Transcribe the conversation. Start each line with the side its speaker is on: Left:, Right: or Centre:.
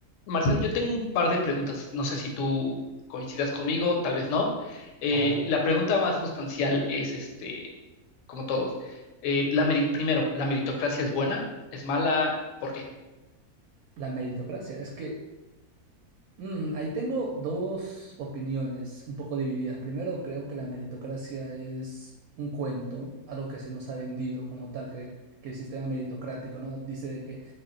Left: Marcial, yo tengo un par de preguntas. No sé si tú coincidas conmigo, tal vez no. Eh,
Right: A ver,
Left: la pregunta más sustancial es, este, como todos, eh, la meri- primero, ¿la meritocracia es buena? ¿Es mala? ¿Por qué?
Right: la meritocracia. Es que mm, ahí tengo dos opiniones un poco divididas. Primero, creo que la meritocracia es un cuento, algo que se nos ha vendido como tal, que, que el sistema meritocrático, ¿no? Dice de que